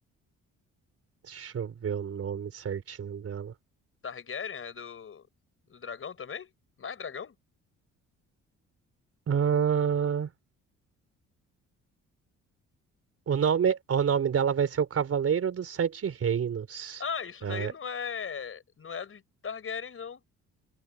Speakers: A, on the right; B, on the left.
A: Deixa eu ver o nome certinho dela.
B: Targaryen é do, do dragão também? Mais dragão?
A: Ah, o nome, o nome dela vai ser o Cavaleiro dos Sete Reinos.
B: Ah, isso
A: É,
B: daí não é, não é do Targaryen não.